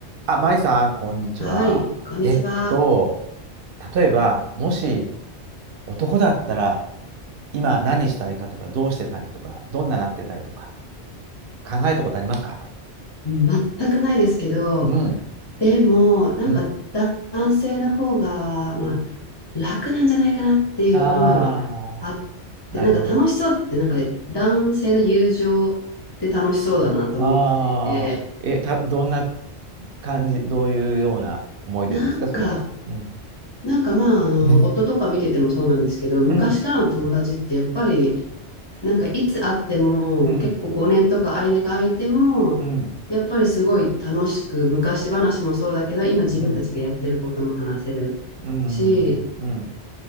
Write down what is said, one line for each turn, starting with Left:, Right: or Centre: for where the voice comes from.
Right: あ、まいさん、こんにちは。
Left: はい、こんにちは。
Right: えっと、例えば、もし男だったら、今何したいかとか、どうしてたいとか、どんななってたいとか、考えたことありますか
Left: うん全くないですけど、
Right: うん、
Left: でも、なんかだ男性の方が、
Right: うん、
Left: まあ、
Right: うん。
Left: 楽なんじゃないかなっていう思いはあって、
Right: ああ、なるほど。
Left: なんか楽しそうって、なんか男性の友情って楽しそうだなと思っていて、
Right: ああ、え、た、どんな感じ、どういうような思い出ですか、
Left: なんか、
Right: それは。うん、
Left: なんかまあ、あの、
Right: うん。
Left: 夫とか見ててもそうなんですけど、昔からの友達ってやっぱり、
Right: うん、
Left: なんかいつ会っても、
Right: うん、
Left: 結構5年とか間が空いても、
Right: うん、
Left: やっぱりすごい楽しく、昔話もそうだけど、今自分たちがやってることも話せる
Right: うん、うん、
Left: し、
Right: うん、うん